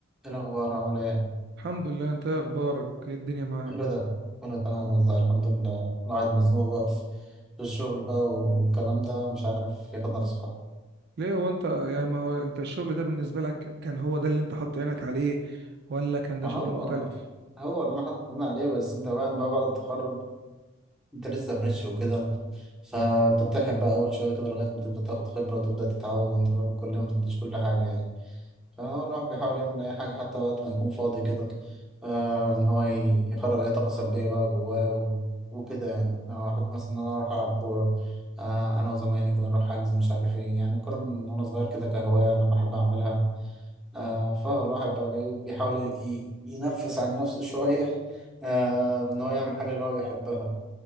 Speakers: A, in the centre; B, on the right.
A: ايه الأخبار عامل ايه؟
B: الحمد لله انت ايه اخبارك ايه الدنيا معاك
A: كله ده كله تمام والله الحمد لله الواحد مزنوق بقى في في الشغل بقى والكلام ده مش عارف ياخد نفسه حتى
B: ليه هو انت يعني ما هو انت الشغل ده بالنسبه لك كان هو ده اللي انت حاطط عينك عليه ولا كان ده
A: ما
B: شغل
A: هو
B: مختلف
A: هو اللي انا حاطط عليه بس انت فاهم بقى بعد التخرج انت لسه فريش وكده فبتتحب بقى اول شوية كده لغاية ما تبدأ تاخد خبرة وتبدأ تتعود انت فاهم كل يوم ما تديش كل حاجة يعني فهو الواحد بيحاول يعمل أي حاجة حتى وقت ما يكون فاضي كده آه إن هو ي- يخرج أي طاقة سلبية بقى جواه و- وكده يعني أنا بحب مثلا إن أنا أروح ألعب كورة آه أنا وزمايلي كده نروح حجز مش عارف إيه يعني الكورة من وأنا صغير كده كهواية أنا بحب أعملها آه فهو الواحد بقى بي- بيحاول ي- ينفس عن نفسه شوية آه إن هو يعمل حاجة اللي هو بيحبها